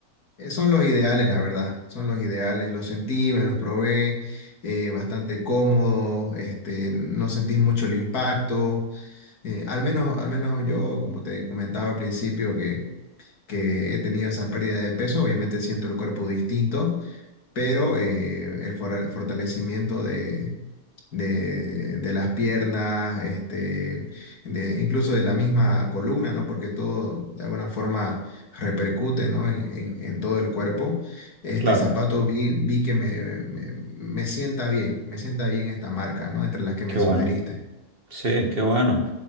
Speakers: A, on the left; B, on the right.
A: eh, son los ideales, la verdad, son los ideales, los sentí, me los probé, eh, bastante cómodo, este, no sentís mucho el impacto, eh, al menos, al menos yo, como te comentaba al principio, que, que he tenido esa pérdida de peso, obviamente siento el cuerpo distinto pero eh, el fora- fortalecimiento de, de, de las piernas, este, de, incluso de la misma columna, ¿no? Porque todo de alguna forma repercute, ¿no? En, en- en todo el cuerpo. Este
B: Claro,
A: zapato vi, vi que me, me- me sienta bien, me sienta bien esta marca, ¿no? Entre las que
B: qué
A: me
B: bueno.
A: sugeriste.
B: Sí, qué bueno.